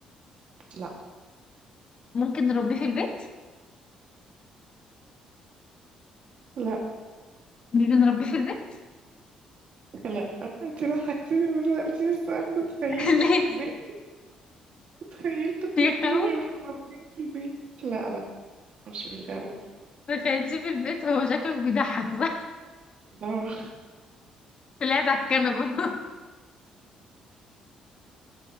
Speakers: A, on the right; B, on the left.
A: لا
B: ممكن نربيه في البيت
A: لا
B: مش بنربيه في البيت
A: لا انتي ضحكتيني ما سألتيش السؤال ده تخيلته
B: <laughs> ليه
A: في دماغي تخيلته
B: بيخوف
A: في دماغي واحنا مربينه في البيت لا لا مش بيخوف
B: بخليه في البيت هو شكله بيضحك صح
A: ده.
B: طلع على الكنبة